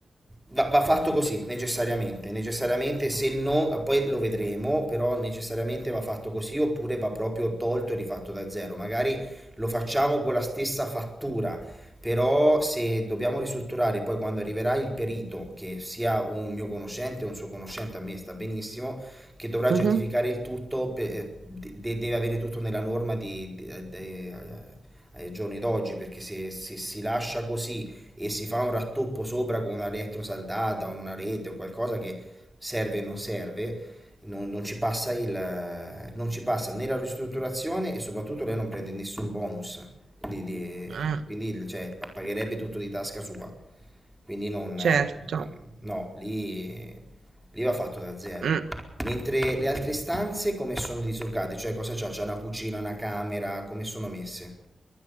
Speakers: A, in the centre; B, on the right.
A: Va, va fatto così, necessariamente, necessariamente, se no, poi lo vedremo, però necessariamente va fatto così oppure va proprio tolto e rifatto da zero. Magari lo facciamo con la stessa fattura, però se dobbiamo ristrutturare poi quando arriverà il perito, che sia un mio conoscente o un suo conoscente, a me sta benissimo, che dovrà
B: Mh-mh.
A: certificare il tutto, pe- eh, de- deve avere tutto nella norma di, di- de- ai giorni d'oggi, perché se se si lascia così e si fa un rattoppo sopra con una elettrosaldata o una rete o qualcosa che serve o non serve, non, non ci passa il, non ci passa né la ristrutturazione e soprattutto lei non prende nessun bonus, di- di-
B: Mh,
A: quindi il- cioè, pa- pagherebbe tutto di tasca sua. Quindi non,
B: certo.
A: eh, no, lì, lì va fatto da zero.
B: Mh.
A: Mentre le altre stanze come sono disorgate? Cioè cosa c'ha? C'è una cucina, una camera, come sono messe?